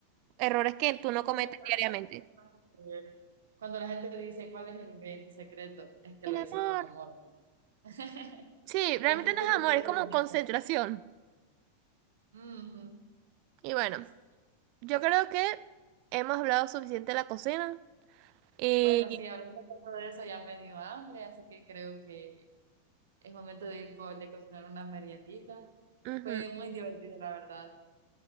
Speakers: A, on the right; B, on the right.
A: Errores que tú no cometes
B: Sí, la verdad
A: diariamente.
B: que tiene tanto que ver. Cuando la gente dice cuál es el ingrediente secreto, es que
A: El
B: lo
A: amor.
B: dice con amor. <laughs>
A: Sí,
B: Entonces
A: realmente no
B: tú
A: es
B: sí
A: amor,
B: crees
A: es como
B: en
A: concentración.
B: eso. Ujú,
A: Y bueno,
B: Sí.
A: yo creo que hemos hablado suficiente de la cocina. Y...
B: Bueno, sí, hablando tanto de eso ya me dio hambre, así que creo que es momento de ir por, de cocinar una meriendita.
A: ujú,
B: Fue muy divertido, la verdad.